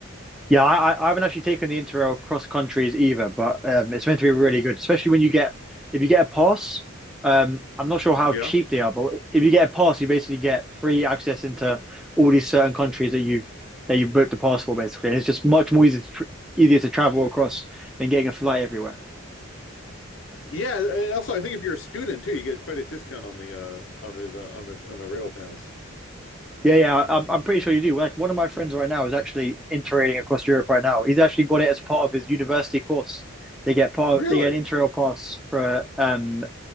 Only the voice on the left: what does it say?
Yeah.
Yeah, and also I think if you're a student too, you get quite a discount on the uh on the, the on the on the rail pass.
Really?